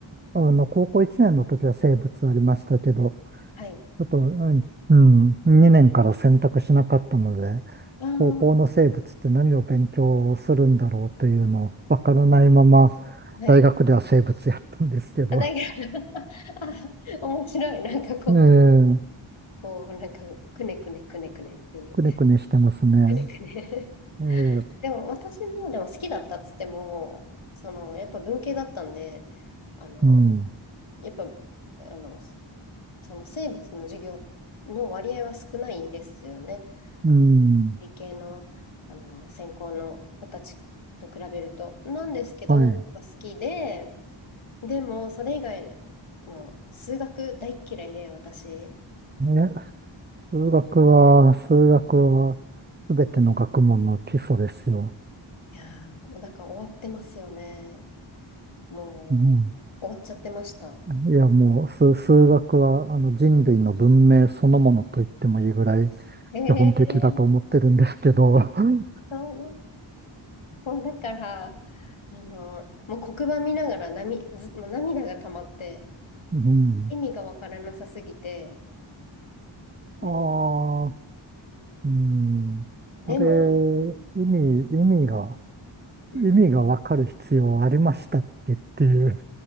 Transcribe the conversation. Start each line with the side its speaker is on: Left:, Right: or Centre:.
Right: あの、高校1年の時は生物ありましたけど、
Left: はい。
Right: ちょっと、うん、2年から選択しなかったので、
Left: あー、
Right: 高校の生物って何を勉強するんだろうというのをわからないまま、
Left: はい。
Right: 大学では生物やったんですけど、
Left: あ、だけど <laughs> あ、面白い。なんかこう、
Right: ええ
Left: こう、なんか、くねくねくねくねっていう。
Right: くねくねしてますね。
Left: くねくね
Right: ええ
Left: でも私もでも好きだったっつっても、そのやっぱ文系だったんで、あの、
Right: うん、
Left: やっぱ、あの、そその生物の授業の割合は少ないですよね。
Right: うん、
Left: あの、理系の、あの、専攻の子たちと比べると。なんですけど、
Right: はい。
Left: やっぱ好きで、でもそれ以外の数学大っ嫌いで私、
Right: ね、数学は、数学は、すべての学問の基礎ですよ。
Left: いやー、もうだから終わってますよね。もう、
Right: うん
Left: 終わっちゃってました。
Right: いや、もう、数、数学は、あの、人類の文明そのものと言ってもいいぐらい、
Left: ええ
Right: 基本的だと思ってるんですけど。<laughs>
Left: そうもうだから、あの、もう黒板見ながら涙、ず、もう涙が溜まって、
Right: うん。
Left: 意味がわからなさすぎて、もう、
Right: ああ、うん。
Left: でも、
Right: あれ、意味、意味が、
Left: うん、
Right: 意味がわかる必要ありましたっけっていう